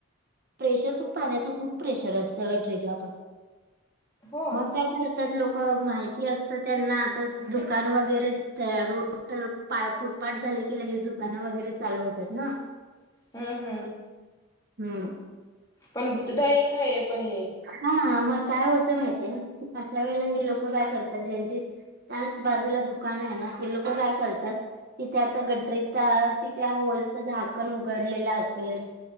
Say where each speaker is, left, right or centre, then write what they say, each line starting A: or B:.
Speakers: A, on the right; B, on the left.
A: प्रेशर पण पाण्याच खूप प्रेशर असतं गट्रीजला पण
B: हो हम्म
A: मग काय करतात लोक माहिती असत त्यांना आता दुकान वगैरे त्या रोड पा फुटपाट झालं की लगेच दुकानं वगैरे चालू होतात ना.
B: हा हा
A: हम्
B: पण भीतीदायक आहे पण हे
A: हा मग काय होतं माहितीये अशा वेळेला ही लोक काय करतात ज्यांची त्याच बाजूला दुकान आहे ना ते लोक काय करतात तिथे आता गटरीत त्या तिथे होलचं झाकण उघडलेलं असेल